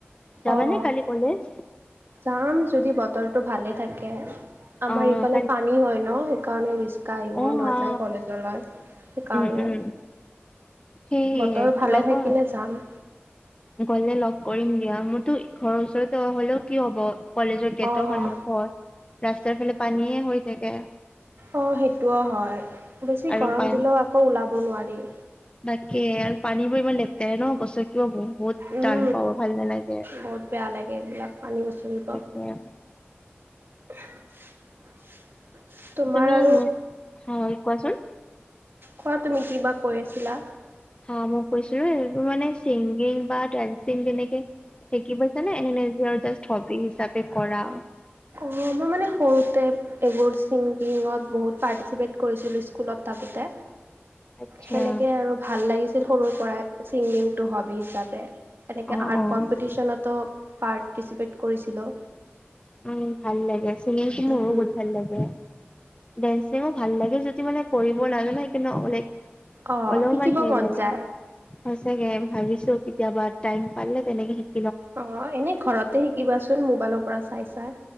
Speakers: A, on the left (about 25°); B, on the right (about 60°).
A: যাবানে
B: অ',
A: কালি কলেজ?
B: যাম যদি বতৰটো ভালে থাকে। আমাৰ
A: অ
B: ইফালে
A: কালি
B: পানী হয় ন, সেইকাৰণে গাড়ীবোৰ
A: অ
B: নাযায়
A: হা
B: কলেজলৈ, সেইকাৰণে।
A: উম উম সেই
B: বতৰ
A: কিবা
B: ভালে থাকিলে
A: কয়
B: যাম।
A: গলে লগ কৰিম দিয়া, মোৰতো ঘৰৰ ওচৰৰত হলেও কি হব কলেজৰ গেটৰ
B: অঁ
A: সন্মুখত, ৰাস্তাৰ ফালে পানীয়ে হৈ থাকে।
B: অ', সেইটোও হয়। বেছি
A: আৰু
B: গৰম
A: পান
B: দিলেও আকৌ ওলাব নোৱাৰি।
A: তাকে আৰু পানী বোৰ ইমান লেতেৰে ন? গছকিব বহুত
B: উম,
A: টান পাব ভাল নালাগে
B: বহুত বেয়া লাগে এইবিলাক পানী গচকিব।
A: অ'।
B: <unintelligible> তোমাৰ
A: তুমি
B: আৰু
A: ইমান, হয় কোৱাচোন?
B: কোৱা তুমি কিবা কৈ আছিলা?
A: অ, মই কৈছিলোঁ এইবোৰ মানে ছিংগিং বা ডানসিং যেনেকে শিকি পাইছে নে এনে নিজৰ জাষ্ট হবি হিচাপে কৰা?
B: অ', মই মানে সৰুতে এইবোৰ ছিংগিঙত বহুত পাৰ্টিচিপেটঁ কৰিছিলোঁ স্কুলত থাকোঁতে।
A: আচ্ছা
B: সেনেকে আৰু ভাল লাগিছিল সৰুৰ পৰাই ছিংগিংটো হবি হিচাপে এনেকৈ
A: অ
B: আৰ্ট
A: অ উম
B: কম্পিটিশ্যনতো পাৰ্টিচিপেট কৰিছিলোঁ।
A: উম ভাল লাগে ছিংগিংটো মোৰো
B: উম,
A: বহুত ভাল লাগে। ডেন্সিঙো ভাল লাগে যদি মানে কৰিব নাজানো সেইকাৰণে অলেক
B: অ',
A: অলমান
B: শিকিব
A: হেই
B: মন
A: লাগে
B: যায়।
A: সঁচাকে ভাবিছোঁ কেতিয়াবা টাইম পালে তেনেকে শি
B: অ এনেই ঘৰতে শিকিবাচোন মোবাইলৰ পৰা চাই চাই।